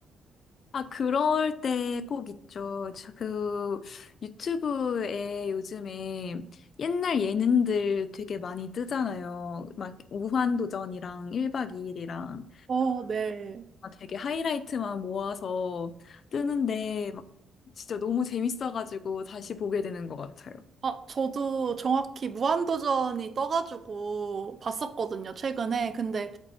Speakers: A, on the left (about 55°); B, on the right (about 40°).
A: 아, 그럴 때 꼭 있죠. 저 그 유튜브에 요즘에 옛날 예능들 되게 많이 뜨잖아요. 막 무한도전이랑 1박 2일이랑
B: 어, 네.
A: 되게 하이라이트만 모아서 뜨는데 막 진짜 너무 재밌어가지고 다시 보게 되는 것 같아요.
B: 아, 저도 정확히 무한도전이 떠가지고 봤었거든요, 최근에. 근데